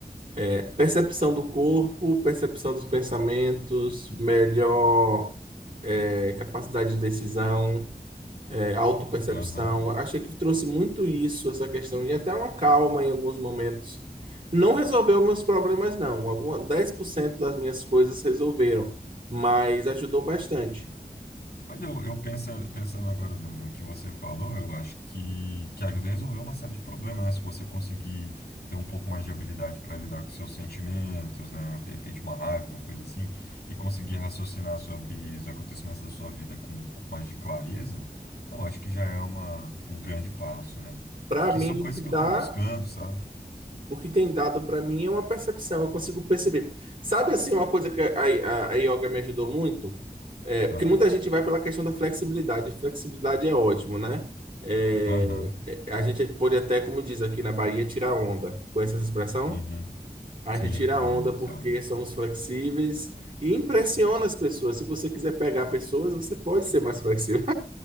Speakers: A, on the right; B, on the left.
A: é, percepção do corpo, percepção dos pensamentos, melhor é, capacidade de decisão, é, autopercepção.
B: aham.
A: Achei que trouxe muito isso, essa questão de até uma calma em alguns momentos. Não resolveu meus problemas, não. Alguma, 10% das minhas coisas resolveram, mas ajudou bastante.
B: Mas eu, eu pensa- pensando agora do- no que você falou, eu acho que, que ajuda a resolver uma série de problemas, né? Se você conseguir ter um pouco mais de habilidade para lidar com seus sentimentos, né? De repente uma raiva, uma coisa assim, e conseguir raciocinar sobre os acontecimentos da sua vida com um pouco mais de clareza, eu acho que já é uma, um grande passo, né?
A: Para
B: Que
A: mim,
B: são coisas
A: o que
B: que
A: dá,
B: eu estou buscando, sabe?
A: o que tem dado para mim é uma percepção, eu consigo perceber. Sabe assim, uma coisa que a, a, a yoga me ajudou muito? É, porque
B: Ah,
A: muita gente vai pela questão da flexibilidade. Flexibilidade é ótimo, né? É,
B: Aham,
A: é, a gente pode até, como diz aqui na Bahia, tirar onda. Com essa expressão?
B: uhum,
A: A
B: sim,
A: gente tira
B: conheço,
A: onda porque
B: já ouvi.
A: somos flexíveis e impressiona as pessoas. Se você quiser pegar pessoas, você pode ser mais flexível.